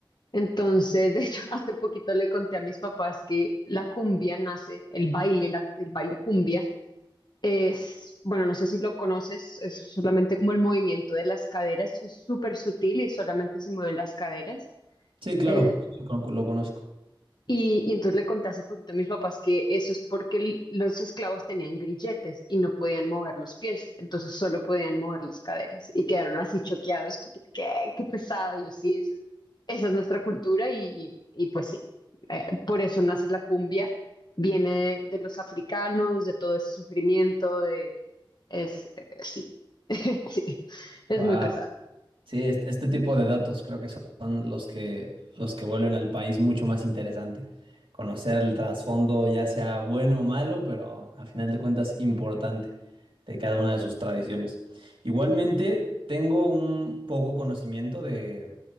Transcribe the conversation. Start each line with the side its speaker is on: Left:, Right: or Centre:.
Left: Entonces, de hecho, <laughs> hace poquito le conté a mis papás que la cumbia nace, el baile, la- el baile cumbia, es, bueno, no sé si lo conoces, es solamente como el movimiento de las caderas, es súper sutil y solamente se mueven las caderas.
Right: Sí, claro,
Left: Eh,
Right: lo, lo conozco.
Left: Y, y entonces le conté hace poquito a mis papás que eso es porque l- los esclavos tenían grilletes y no podían mover los pies, entonces solo podían mover las caderas y quedaron así choqueados, como, ¿qué? Qué pesado. Y yo sí, es- esa es nuestra cultura y, y pues sí, eh, por eso nace la cumbia, viene de, de los africanos, de todo ese sufrimiento, de... es, eh, sí, <laughs> sí, es
Right: Wow,
Left: muy pesado.
Right: Sí, este, este tipo de datos creo que son los que, los que vuelven al país mucho más interesante. Conocer el trasfondo, ya sea bueno o malo, pero a final de cuentas importante de cada una de sus tradiciones. Igualmente, tengo un poco conocimiento de,